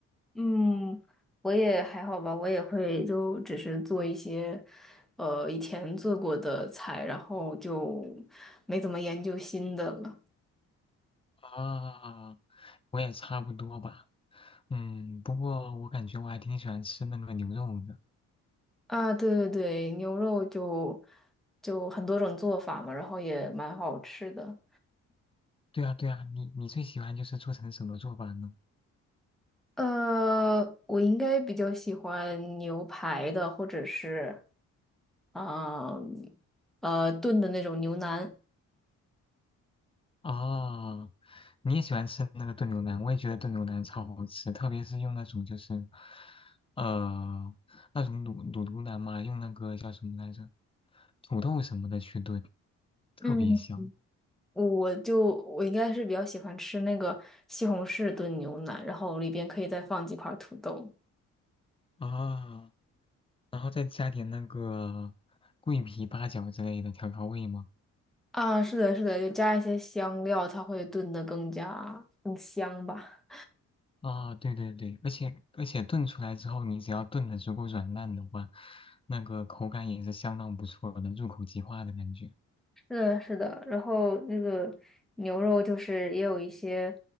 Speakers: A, in the centre; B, on the left (about 20°).
A: 嗯，我也还好吧，我也会就只是做一些，呃，以前做过的菜，然后就没怎么研究新的了。
B: 啊，我也差不多吧，嗯，不过我感觉我还挺喜欢吃那个牛肉的。
A: 啊，对对对，牛肉就就很多种做法嘛，然后也蛮好吃的。
B: 对啊，对啊，你你最喜欢就是做成什么做法呢？
A: 呃，我应该比较喜欢牛排的，或者是啊呃炖的那种牛腩，
B: 啊，你也喜欢吃那个炖牛腩，我也觉得炖牛腩超好吃，特别是用那种就是，呃，那种卤卤牛腩嘛，用那个叫什么来着，土豆什么的去炖，特别香
A: 嗯，我就我应该是比较喜欢吃那个西红柿炖牛腩，然后里边可以再放几块土豆。
B: 啊。然后再加点那个桂皮、八角之类的调调味嘛。
A: 啊，是的，是的，就加一些香料，它会炖的更加更香吧。
B: 啊，对对对，而且而且炖出来之后，你只要炖的足够软烂的话，那个口感也是相当不错的，入口即化的感觉。
A: 是的，是的，然后那个牛肉就是也有一些